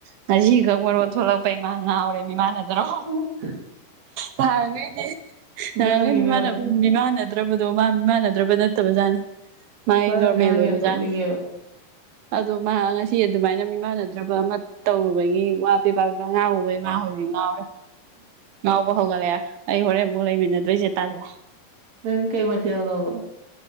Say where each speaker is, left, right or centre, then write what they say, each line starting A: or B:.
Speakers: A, on the right; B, on the right.
A: ꯉꯁꯤꯒꯛ ꯃꯔꯣ ꯊꯣꯛꯂꯛꯄ ꯏꯃ ꯉꯥꯎꯔꯦ ꯏꯃꯥꯟꯅꯗ꯭ꯔꯣ
B: ꯃꯥꯅ
A: ꯊꯥꯡꯉꯩꯗꯤ
B: ꯉꯥꯡꯉꯤ
A: ꯊꯥꯡꯉꯩ
B: ꯃꯌꯥꯝꯗꯣ
A: ꯃꯤꯃꯥꯟꯅꯗ꯭ꯔꯕ ꯗꯣ ꯃꯥ ꯃꯤꯃꯥꯟꯅꯗ꯭ꯔꯕ ꯅꯠꯇꯕꯖꯥꯠꯅꯤ ꯃꯥꯒꯤ
B: ꯃꯥꯅ
A: ꯅꯣꯔꯃꯦꯜ
B: ꯉꯥꯡꯉꯤ
A: ꯑꯣꯏꯕꯖꯥꯠꯅꯤ
B: ꯌꯥꯝ ꯅꯣꯛꯅꯤꯡꯉꯦꯕ
A: ꯑꯗꯣ ꯃꯥ ꯉꯁꯤ ꯑꯗꯨꯃꯥꯏꯅ ꯃꯤꯃꯥꯟꯅꯗ꯭ꯔꯕ ꯑꯃ ꯇꯧꯔꯨꯕꯒꯤ ꯋꯥ ꯄꯦꯕꯥ ꯄꯦꯄꯥ ꯑ ꯉꯥꯡꯕꯩ ꯉꯥ ꯍꯧꯖꯤꯛ ꯉꯥꯎꯔꯦ ꯉꯥꯎꯕ ꯍꯧꯒꯠꯂꯛꯦ ꯑꯩ ꯍꯣꯔꯦꯟ ꯃ ꯂꯩꯃꯤꯟꯅꯗꯣꯏꯁꯦ ꯇꯜꯂꯦ
B: ꯅꯪ ꯀꯩ ꯃꯊꯦꯜꯅꯣꯕ